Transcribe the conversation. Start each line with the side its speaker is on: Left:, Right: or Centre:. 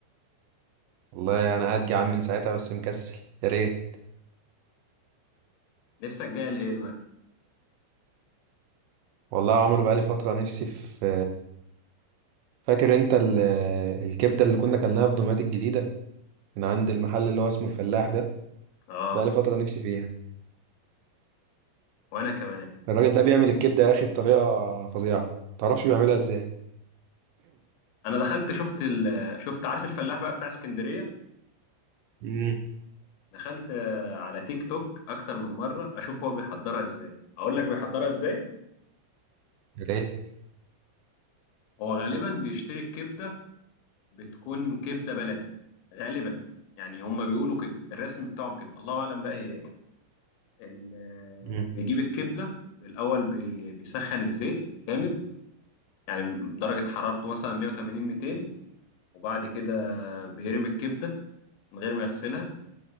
Right: والله انا قاعد جعان من ساعتها بس مكسل يا ريت
Left: نفسك جاية لايه دلوقتي؟
Right: والله يا عمرو بقالي فتره نفسي في فاكر انت ال- الكبده اللي كنا كلناها في دمياط الجديده من عند المحل اللي هو اسمه الفلاح ده
Left: اه
Right: بقالي فتره نفسي فيها
Left: وانا كمان
Right: الراجل ده بيعمل الكبده يا اخي بطريقه فظيعه متعرفش بيعملها ازاي
Left: انا دخلت شفت ال... شفت عارف الفلاح بقى بتاع اسكندرية؟
Right: امم
Left: دخلت آه، على تيك توك اكتر من مرة اشوف هو بيحضرها ازاي اقول لك بيحضرها ازاي؟
Right: يا ريت
Left: هو غالبا بيشتري الكبدة بتكون كبدة بلدي غالبا يعني هما بيقولوا كده الرسم بتاعهم كده الله اعلم بقى هي ايه ال-
Right: مم.
Left: بيجيب الكبده بالاول بي- بيسخن الزيت جامد يعني درجه حرارته مثلا 180 200 وبعد كده بيرمي الكبده من غير ما يغسلها